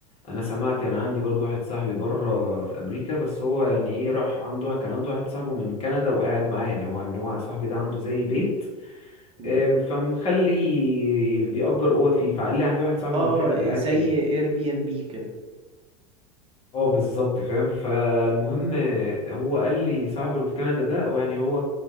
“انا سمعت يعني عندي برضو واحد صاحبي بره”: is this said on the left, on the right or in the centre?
Left